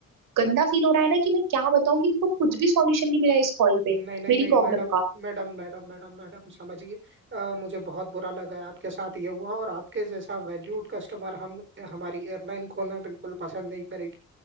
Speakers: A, on the right (about 85°); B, on the right (about 40°).
A: गंदा फील हो रहा है ना कि मैं क्या बताऊं कि मेरे को कुछ भी सॉल्यूशन नहीं मिला इस कॉल पे
B: नहीं नहीं
A: मेरी
B: नहीं
A: प्रॉब्लम
B: madam
A: का
B: madam madam madam madam समझिए अ, मुझे बहुत बुरा लगा है आपके साथ ये हुआ और आपके जैसा वैल्यूड कस्टमर हम हमारी एयरलाइन खोना बिल्कुल पसंद नहीं करेगी